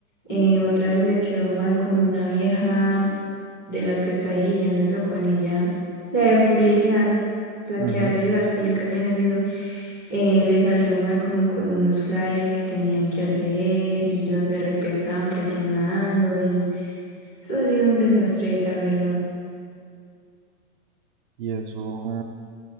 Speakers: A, in the centre; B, on the right.
A: eh, otra vez le quedó mal como una vieja de las que está dirigiendo eso con ella, la de publicidad, la
B: Ujú.
A: que hace las publicaciones y eso. Eh, le salió mal como con unos flyers que tenían que hacer y los de RP estaban presionando y eso ha sido un desastre, la verdad.
B: Y eso